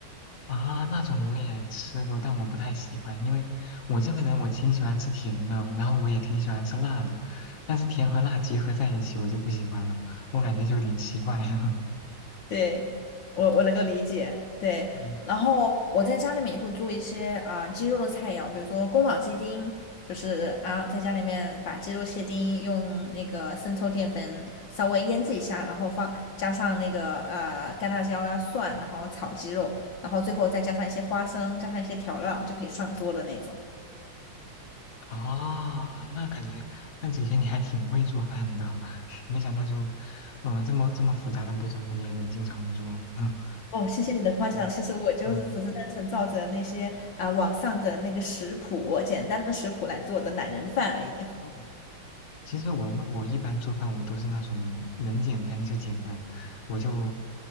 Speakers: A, on the left; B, on the left.
A: 啊，那种我也吃过，但我不太喜欢，因为我这个人我挺喜欢吃甜的，然后我也挺喜欢吃辣的，但是甜和辣结合在一起我就不喜欢了，我感觉就有点奇怪了。<laughs>
B: 对，我我能够理解。对，
A: 嗯
B: 然后我在家里面也会做一些啊、鸡肉的菜肴，比如说宫保鸡丁，就是啊在家里面把鸡肉切丁，用那个生抽、淀粉稍微腌制一下，然后放加上那个呃干辣椒呀、蒜，然后炒鸡肉，然后最后再加上一些花生，加上一些调料就可以上桌的那种。
A: 啊，那感觉，那姐姐你还挺会做饭的，<laughs> 没想到就，嗯、这么这么复杂的步骤你也能经常做，<laughs> 嗯
B: 哦，谢谢你的夸奖。
A: 嗯
B: 其实我就是只是单纯照着那些啊、
A: 嗯。
B: 网上的那个食谱，简单的食谱来做的懒人饭而已。
A: 嗯其实我们我一般做饭我都是那种能简单就简单，我就